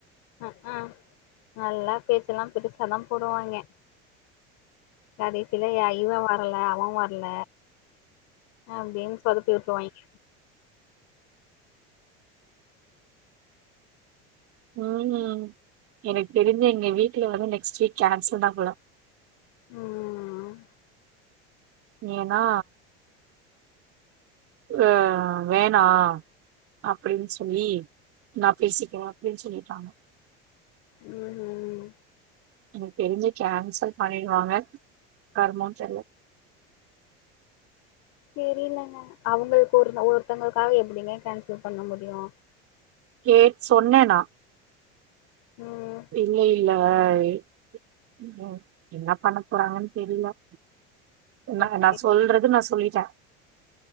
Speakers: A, on the left; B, on the right.
A: அக்அ நல்லா பேச்செல்லா பெருசாதா போடுவாய்ங்க கடைசில ய இவ வரல அவ வர்ல அப்டின் சொதப்பி உட்ருவாய்ங்க
B: ம் ம் எனக்கு தெரிஞ்சே எங்க வீட்ல வந்து நெக்ஸ்ட் வீக் கேன்சல்தா போல
A: ம்
B: ஏனா ஆ வேணா அப்படின் சொல்லி நா பேசிக்றே அப்டின் சொல்லிட்டாங்க
A: ம் ம்
B: எனக் தெரி்ஞ்சி கேன்சல் பண்ணிடுவாங்க கர்மோ தெர்ல
A: தெரிலெங்க அவங்களுக் ஒரு ஒருத்தங்களுக்காக எப்புடிங்க கேன்சல் பண்ண முடியு
B: கேட் சொன்ன நா
A: ம்
B: இல்ல இல்ல எ ம் என்ன பண்ண போறாங்கன் தெரில நா
A: ஓகே
B: நா சொல்றது நா சொல்லிட்டே